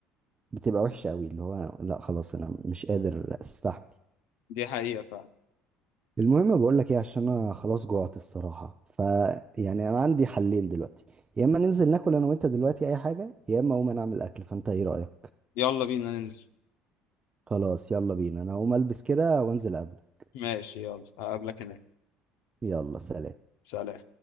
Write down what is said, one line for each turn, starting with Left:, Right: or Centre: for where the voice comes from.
Right: بتبقى وحشة قوي اللي هو لا خلاص أنا مش قادر أستحمل
Left: دي حقيقه فعلا
Right: المهم بقول لك إيه عشان أنا خلاص جوعت الصراحة فيعني أنا عندي حلين دلوقتي يا إما ننزل ناكل أنا وأنت دلوقتي أي حاجة يا إما أقوم أنا أعمل أكل فأنت إيه رأيك؟
Left: يلا بينا ننزل
Right: خلاص يلا بينا أنا هقوم ألبس كده وأنزل أقابلك
Left: ماشي يلا هقابلك هناك
Right: يلا سلام
Left: سلام